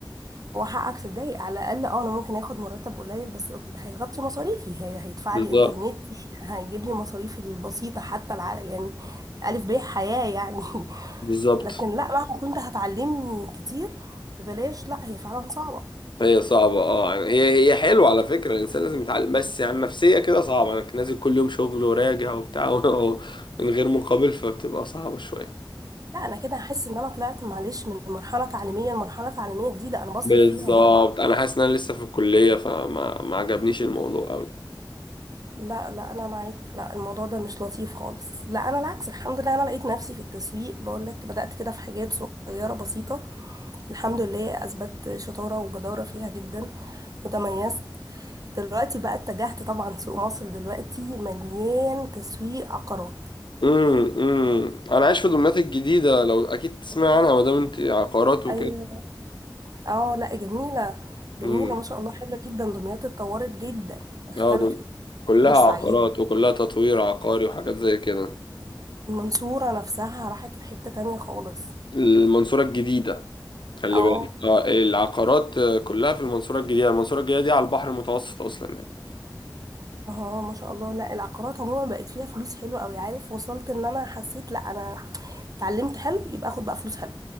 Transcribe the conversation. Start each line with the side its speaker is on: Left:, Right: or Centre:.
Right: هو حقك تتضايق على الاقل اه انا ممكن اخد مرتب قليل بس أوكي، هيغطي مصاريفي هي هيدفع
Left: بالظبط
Right: لي انترنتي هيجيب لي مصاريفي البسيطة حتى الع... يعني الف ب حياة يعني <laughs>
Left: بالظبط
Right: لكن لا مهما كنت هتعلمني كتير ببلاش لا هي فعلا صعبة
Left: هي صعبة أه يعني هي هي حلوة على فكرة الإنسان لازم يتعلم بس يعني نفسية كده صعبة أنك نازل كل يوم شغل وراجع وبتاع <laughs> من غير مقابل فبتبقى صعبة شوية
Right: لا انا كده هحس ان انا طلعت معلش من مرحله تعليميه لمرحله تعليميه جديده انا بصرف
Left: بالظبط
Right: فيها برضو
Left: أنا حاسس إن أنا لسه في الكلية فما ما عجبنيش الموضوع أوي
Right: لا لا انا معاك لا الموضوع ده مش لطيف خالص لا انا العكس الحمد لله انا لقيت نفسي في التسويق بقول لك بدات كده في حاجات صغيره بسيطه الحمد لله اثبت شطاره وجداره فيها جدا وتميزت دلوقتي بقى اتجهت طبعا سوق مصر دلوقتي مليان تسويق عقارات
Left: امم امم انا عايش في دمياط الجديده لو اكيد تسمع عنها ما دام انت عقارات وكده
Right: ايوه اه لا جميلة جميلة
Left: امم
Right: ما شاء الله حلوة جدا دمياط اتطورت جدا اختلفت
Left: اه دم- كلها
Right: بورسعيد
Left: عقارات وكلها تطوير عقاري وحاجات زي كده
Right: المنصورة نفسها راحت في حتة تانية خالص
Left: المنصوره الجديده خلي
Right: اه
Left: بالك اه العقارات آه، كلها في المنصوره الجديده المنصوره الجديده دي على البحر المتوسط اصلا يعني
Right: اه ما شاء الله لا العقارات عموما بقت فيها فلوس حلوة اوي عارف وصلت ان انا حسيت لا انا اتعلمت حلو يبقى اخد بقى فلوس حلوة